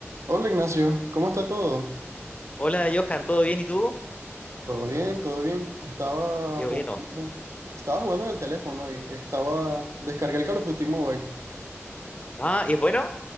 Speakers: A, on the right (about 80°); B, on the left (about 25°).
A: Hola Ignacio, ¿cómo está todo?
B: Hola Johan, ¿todo bien y tú?
A: Todo bien, todo bien. Estaba
B: Qué
A: jugando,
B: bueno.
A: estaba jugando en el teléfono y estaba, descargué el Call of Duty Mobile.
B: Ah, ¿y ¿es bueno?